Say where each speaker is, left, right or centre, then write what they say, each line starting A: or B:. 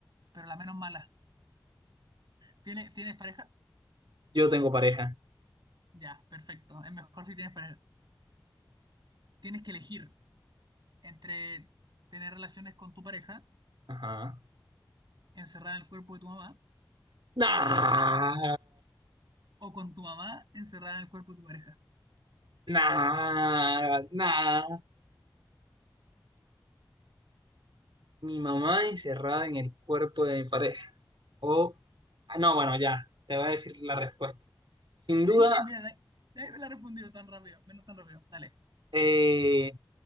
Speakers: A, on the right; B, on the right.
A: pero la menos mala. ¿Tiene- ¿Tienes pareja?
B: yo tengo pareja.
A: Ya, perfecto. Es mejor si tienes pareja. Tienes que elegir entre tener relaciones con tu pareja,
B: Ajá.
A: encerrada en el cuerpo de tu mamá,
B: Nah,
A: o con tu mamá, encerrada en el cuerpo de tu pareja.
B: nah, nah. Mi mamá encerrada en el cuerpo de mi pareja. O, ah, no, bueno, ya, te voy a decir la respuesta. Sin
A: Sí,
B: duda,
A: mira, nadie nadie me la ha respondido tan rápido, menos tan rápido. Dale.
B: eh,